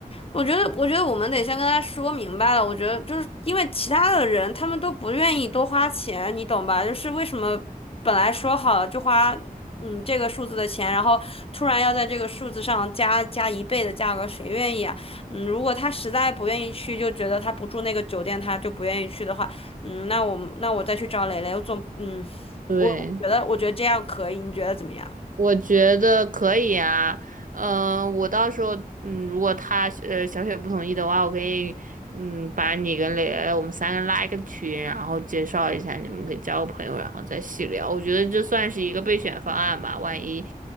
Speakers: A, on the left; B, on the right.
A: 我觉得我觉得我们得先跟他说明白了。我觉得就是因为其他的人他们都不愿意多花钱，你懂吧？就是为什么本来说好了就花嗯这个数字的钱，然后突然要在这个数字上加加一倍的价格，谁愿意啊？嗯，如果他实在不愿意去，就觉得他不住那个酒店，他就不愿意去的话，嗯，那我们那我再去找蕾蕾，我总嗯，
B: 对。
A: 我我觉得我觉得这样可以，你觉得怎么样？
B: 我觉得可以啊，嗯、我到时候，嗯，如果他呃小雪不同意的话，我可以，嗯，把你跟磊磊我们三个拉一个群，然后介绍一下，你们可以交个朋友，然后再细聊。我觉得这算是一个备选方案吧，万一